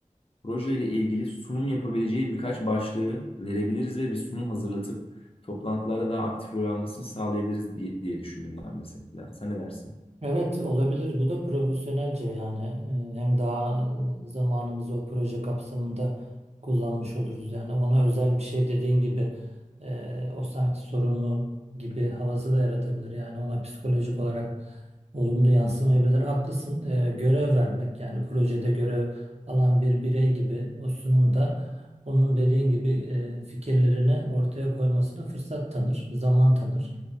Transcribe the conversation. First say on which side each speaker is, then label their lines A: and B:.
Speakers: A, on the left; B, on the right.
A: Proje ile ilgili sunum yapabileceği birkaç başlığı verebiliriz ve bir sunum hazırlatıp toplantılarda daha aktif rol almasını sağlayabiliriz diye, diye düşündüm ben mesela. Sen ne dersin?
B: Evet olabilir. Bu da profesyonelce yani e, hem daha e, zamanımızı o proje kapsamında kullanmış oluruz. Yani ona özel bir şey dediğin gibi e, o sanki sorunlu gibi havası da yaratabilir. Yani ona psikolojik olarak olumlu yansımayabilir. Haklısın. E, görev vermek yani projede görev alan bir birey gibi o sunumda onun dediğin gibi e, fikirlerini ortaya koymasına fırsat tanır, zaman tanır